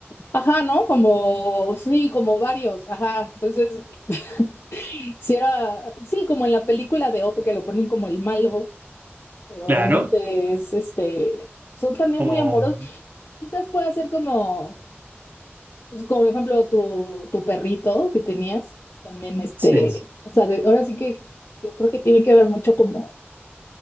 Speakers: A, on the left; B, on the right.
A: ajá, ¿no? Como, sí, como varios, ajá. Entonces, <laughs> Si era, sí, como en la película de Op que lo ponen como el malo, pero
B: Claro,
A: realmente es este, son también
B: como
A: muy amorosos. Quizás pueda ser como, pues como por ejemplo tu, tu perrito que tenías, también este,
B: Sí,
A: o sea, de- ahora sí que yo creo que tiene que ver mucho como